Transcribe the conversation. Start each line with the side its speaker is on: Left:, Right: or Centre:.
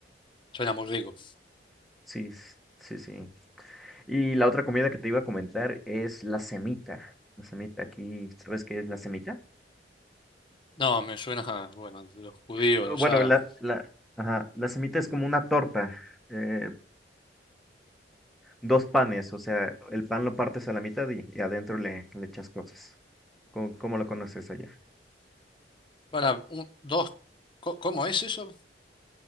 Left: Suena muy rico.
Centre: Sí, sí, sí. Y la otra comida que te iba a comentar es la semita. La semita aquí, ¿sabes qué es la semita?
Left: No, me suena, a, bueno, los judíos,
Centre: Eh,
Left: los
Centre: Bueno,
Left: árabes.
Centre: la, la, ajá, la semita es como una torta, eh, dos panes, o sea, el pan lo partes a la mitad y, y adentro le, le echas cosas. ¿Cómo, cómo lo conoces allá?
Left: Para un, dos, co- ¿cómo es eso?